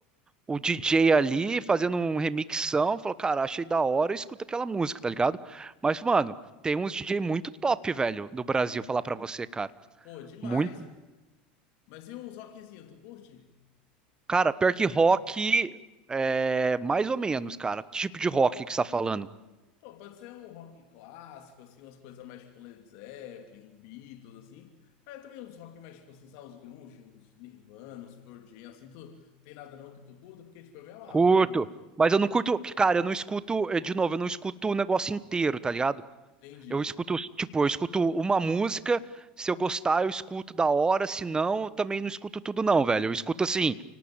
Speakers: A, on the right; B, on the left.
A: o DJ ali fazendo um remixão. Falo, cara, achei da hora, eu escuto aquela música, tá ligado? Mas, mano, tem uns DJ muito top, velho, do Brasil, falar pra você, cara.
B: Pô, demais.
A: Muito.
B: Mas e uns rockzinho, tu curte?
A: Cara, pior que rock, é mais ou menos, cara. Que tipo de rock que você tá falando?
B: Pô, pode ser um rock clássico, assim, umas coisas mais tipo Led Zeppelin, um Beatles, assim. Mas também uns rock mais, tipo, assim, sabe, uns grunge, uns Nirvana, uns Pearl Jam, assim, tu tem nada não que tu curta? Porque, tipo, eu me amarro
A: Curto.
B: quando,
A: Mas eu não curto, cara, eu não escuto, eh, de novo, eu não escuto o negócio inteiro, tá ligado?
B: entende?
A: Eu escuto, tipo, eu escuto uma música, se eu gostar, eu escuto da hora, se não, eu também não escuto tudo não, velho. Eu escuto assim,